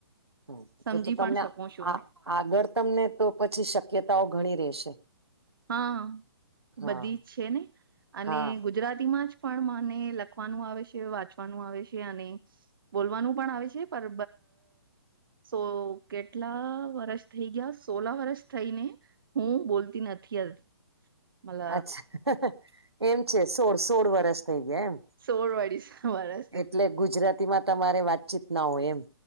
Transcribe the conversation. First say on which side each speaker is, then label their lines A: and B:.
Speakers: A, on the right; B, on the right.
A: હમ.
B: સમજી
A: તો તો તમને
B: પણ શકું છું
A: આ આગળ તમને તો પછી શક્યતાઓ ઘણી રહેશે
B: હા
A: હા
B: બધી જ છે ને અને
A: હા
B: ગુજરા ગુજરાતી માં જ પણ મને લખવાનું આવે છે વાંચવાનું આવે છે અને બોલવાનું પણ આવે છે પર સો કેટલા વરષ થઈ ગયા સોલા વરષ થઈને હું બોલતી નથી મલ
A: અચ્છા એમ છે સોળ સોળ વરસ થઈ ગયા એમ
B: સોળવાડી સમાારા છે
A: એટલે ગુજરાતીમાં તમારે વાતચીત ના હોય એમ